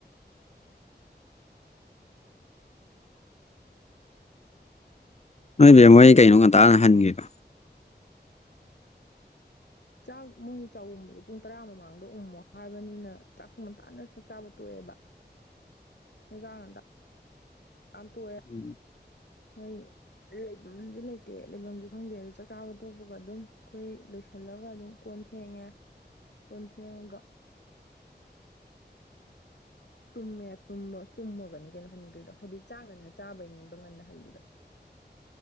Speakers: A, on the left (about 40°); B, on the left (about 75°).
A: ꯅꯣꯏ ꯕꯦꯝꯃ ꯈ‌ꯣꯏ ꯀꯩꯅꯣ ꯉꯟꯇꯥꯅ ꯍꯟꯒꯔꯤꯗꯤ
B: ꯆꯥꯛ ꯃꯣꯏ ꯆꯥꯛꯎꯝꯕꯗꯣ ꯄꯨꯡ ꯇꯔꯥ ꯃꯃꯥꯡꯗ ꯎꯝꯃꯣ ꯍꯥꯏꯕꯅꯤꯅ ꯆꯥꯛ ꯇꯨ ꯉꯟꯇꯥꯥꯅ ꯆꯥꯛ ꯆꯥꯕ ꯇꯣꯛꯑꯦꯕ <unintelligible> <unintelligible>
A: ꯎꯝ
B: ꯃꯣꯏ ꯂꯩꯐꯝꯁꯨ ꯂꯩꯇꯦ ꯂꯩꯐꯝꯁꯨ ꯈꯪꯗꯦ ꯑꯗꯨꯗ ꯆꯥꯛ ꯆꯥꯕ ꯇꯣꯛꯄꯒ ꯑꯗꯨꯝ ꯑꯩꯈꯣꯏ ꯂꯣꯏꯁꯤꯜꯂꯒ ꯑꯗꯨꯝ ꯀꯣꯟ ꯐꯦꯡꯉꯦ ꯀꯣꯟ ꯐꯦꯡꯉꯒ ꯇꯨꯝꯃꯦ ꯇꯨꯝꯃ ꯇꯨꯝꯃꯒꯅꯤ ꯀꯩꯅꯣ ꯍꯟꯈ꯭ꯔꯤꯗꯣ ꯍꯥꯏꯗꯤ ꯆꯥꯛ ꯉꯟꯅ ꯆꯥꯕꯩꯅꯦꯕ ꯉꯟꯅ ꯍꯜꯂꯤꯗꯣ